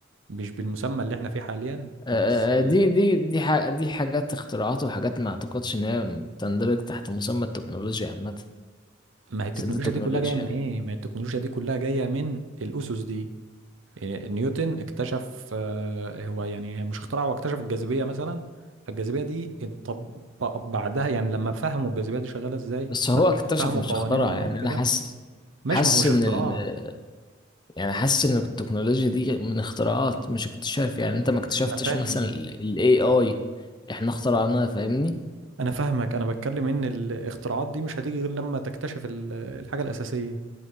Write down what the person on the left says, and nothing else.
آه،
آه، دي دي دي ح... دي حاجات اختراعات وحاجات ما اعتقدش ان هي تندرج تحت مسمى التكنولوجيا عامة
بس انت التكنولوجيا
بس هو
اكتشف
مش
اخترع يعني
انا حاسس
حاسس
ان
ال... يعني حاسس ان التكنولوجيا دي من اختراعات مش اكتشاف يعني انت ما اكتشفتش
مثلا ال AI احنا اخترعناها فاهمني